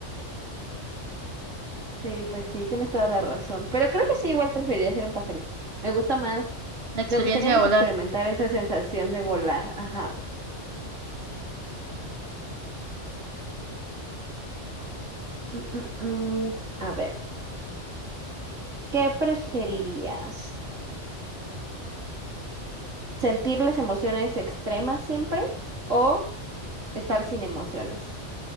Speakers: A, on the right (about 85°); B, on the right (about 55°).
A: Sí, pues sí, tienes toda la razón. Pero creo que sí, igual preferiría ser un pajarito. Me gusta más,
B: La experiencia
A: me gustaría más
B: de volar.
A: experimentar esa sensación de volar. Ajá. Mm, mm, mm. A ver, ¿qué preferirías? sentirles emociones extremas siempre o estar sin emociones.